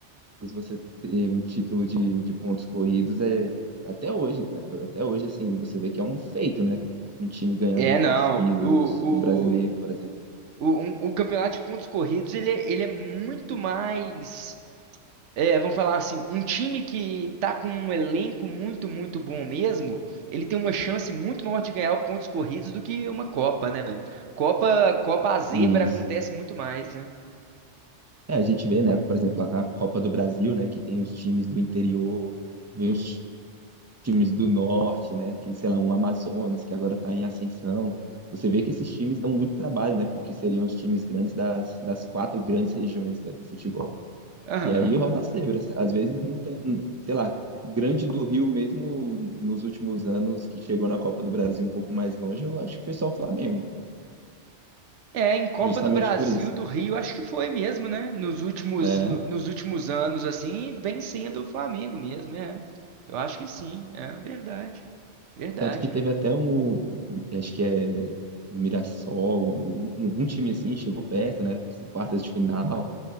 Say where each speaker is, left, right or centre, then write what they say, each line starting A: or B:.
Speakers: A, on the right (about 25°); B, on the right (about 75°).
A: você ter um título de, de pontos corridos é até hoje, cara. Até hoje, assim, você vê que é um feito, né? Um time ganhar
B: É,
A: dois
B: não,
A: anos seguidos,
B: o,
A: o brasileiro,
B: o,
A: por exemplo.
B: o, um- o campeonato de pontos corridos, ele, é- ele é muito mais É, vamos falar assim, um time que tá com um elenco muito, muito bom mesmo, ele tem uma chance muito maior de ganhar pontos corridos do que uma Copa, né, velho? Copa, Copa a zebra
A: E
B: acontece muito mais, né?
A: é, a gente vê, né? Por exemplo, a Copa do Brasil, né? Que tem os times do interior, vem os times do norte, né? Que, sei lá, um Amazonas, que agora tá em ascensão. Você vê que esses times dão muito trabalho, né? Porque seriam os times grandes das, das quatro grandes regiões, né, do futebol.
B: Aham.
A: E aí rola as zebras. Às vezes não tem, não- sei lá, Grande do Rio mesmo nos últimos anos que chegou na Copa do Brasil um pouco mais longe, eu acho que foi só o Flamengo,
B: É, em Copa
A: justamente
B: do Brasil,
A: por isso,
B: do Rio, acho que foi mesmo, né? Nos últimos,
A: né?
B: no- nos últimos anos, assim, vem sendo o Flamengo mesmo, é. Eu acho que sim, é verdade. Verdade,
A: Tanto que
B: velho.
A: teve até um, um- acho que é o Mirassol, um- algum time assim chegou perto, né? Assim, quartas de final,